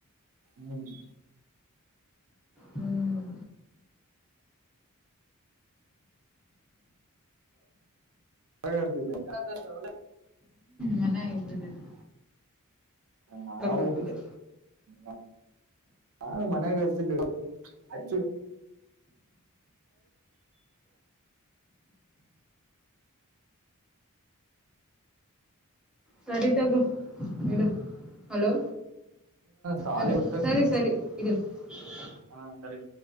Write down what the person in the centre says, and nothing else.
ಹ್ಮ್
ಮನೆಗ್ ಇದಿದ್ದಿಲ್ಲ.
ಹೋಗ್ತಿದ್ದೆ
ಸರಿ ತಗೋ. ಇಡು. ಹಲೋ
ಹಲೋ
ಸರಿ ಸರಿ. ಇದು. <unintelligible>